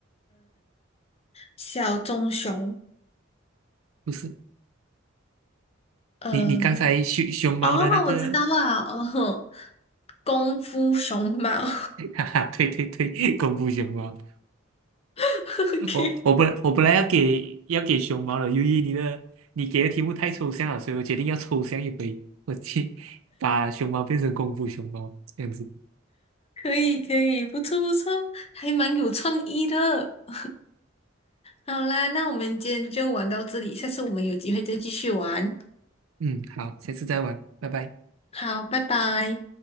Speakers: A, on the left; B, on the right.
A: 小棕熊，
B: 不是？
A: 嗯、
B: 你你刚才熊熊猫的那个。
A: 哦，我知道了，哦，功夫熊猫。
B: <laughs> 哈哈，对对对，<laughs> 功夫熊猫。
A: <laughs> OK，
B: 我我本我本来要给要给熊猫了，由于你的你给的题目太抽象了，所以我决定要抽象一回，我去把熊猫变成功夫熊猫这样子。
A: 可以可以，不错不错，还蛮有创意的。<laughs> 好啦，那我们今天就玩到这里，下次我们有机会再继续玩。
B: 嗯，好，下次再玩，拜拜。
A: 好，拜拜。